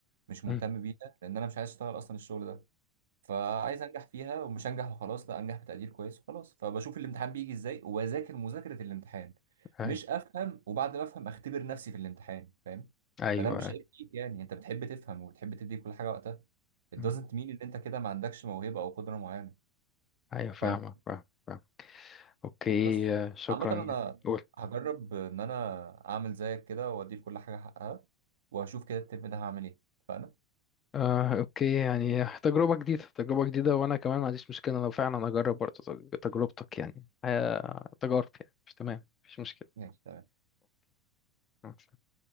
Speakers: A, on the right; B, on the left.
A: مش مهتم
B: مم.
A: بيها لان انا مش عايز اشتغل اصلا الشغل ده فعايز انجح فيها ومش انجح وخلاص لا انجح بتقدير كويس وخلاص فبشوف الامتحان بيجي ازاي وبذاكر مذاكره الامتحان
B: ايوه
A: مش افهم وبعد ما افهم اختبر نفسي في الامتحان فاهم
B: ايوه
A: فده مش
B: ايوه
A: عيب فيك يعني انت بتحب تفهم وبتحب تدي كل حاجه وقتها it
B: مم.
A: doesn't mean ان انت كده ما عندكش موهبه او قدره معينه
B: أيوة، فاهمك
A: فاهم
B: فاهمك فاهمك اوكي
A: بس
B: آه، شكرا
A: عامه انا
B: جدا قول
A: هجرب ان انا اعمل زيك كده وادي لكل حاجه حقها وهشوف كده الترم ده هعمل ايه فانا
B: آه، اوكي يعني تجربة جديدة تجربة جديدة وانا كمان ما عنديش مشكلة لو فعلا اجرب برضه تج- تجربتك يعني آه، تجارب يعني مش تمام مفيش مشكلة
A: ماشي تمام
B: اوكي